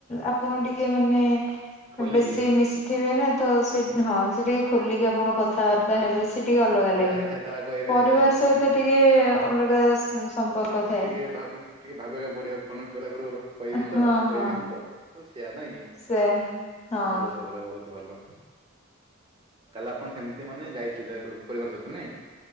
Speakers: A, on the left; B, on the right.
A: ଆପଣ ଟିକେ ମାନେ
B: ଖୋଲିକି
A: ବେଶୀ ମିଶି ଥିବେ ନା ତ ସେ ହଁ ସେ ଟିକେ ଖୋଲିକି ଆପଣ କଥାବାର୍ତ୍ତା
B: କ-
A: ହେବେ ସେ ଟିକେ ଅଲଗା
B: ଯାହା
A: ଲାଗିବ।
B: ଇଚ୍ଛା ତାହା କହିବେ
A: ପରିବାର ସହିତ
B: ମାନେ
A: ଟିକେ ଅଲଗା ସ-ସମ୍ପର୍କ ଥାଏ।
B: ଟିକେ ଭାବି ଟିକେ ଭାବିବାକୁ ପଡିବ କଣ କହିଲା ପୂର୍ବରୁ କହିବି
A: ହଁ
B: ତ କହିବିନି
A: ହଁ
B: ତ ସେଇୟା ନାଇଁ
A: ସେ ହଁ
B: ବହୁତ ଭଲ ବହୁତ ଭଲ ତାହେଲେ ଆପଣ ସେମିତି ମାନେ ଯାଇଥିଲେ ପରିବାର ସହିତ ନେଇଁ